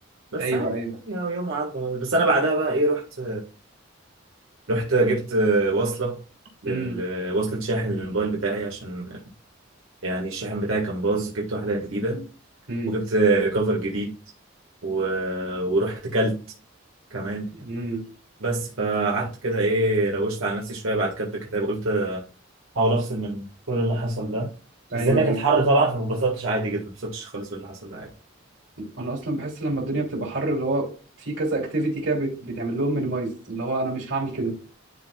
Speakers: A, on the right; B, on the right.
A: بس
B: ايوه
A: عادي
B: ايوه
A: يعني يوم عدى بس أنا بعدها بقى إيه رحت رحت جبت وصلة لل-
B: مم.
A: وصلة شاحن للموبايل بتاعي عشان يعني الشاحن بتاعي كان باظ جبت واحدة جديدة
B: مم.
A: وجبت كفر جديد و... ورحت كلت كمان
B: مم.
A: بس فقعدت كده إيه روشت على نفسي شوية بعد كتب الكتاب قلت أحاول أفصل من كل اللي حصل ده
B: ايوه
A: بس الدنيا كانت
B: ايوه
A: حر طبعا فما اتبسطتش عادي جدا ما اتبسطتش خالص باللي حصل ده عادي
B: انا اصلا بحس لما الدنيا بتبقى حر اللي هو في كذا اكتيفيتي كده بت- بتعمل لهم مينيمايز اللي هو انا مش هعمل كده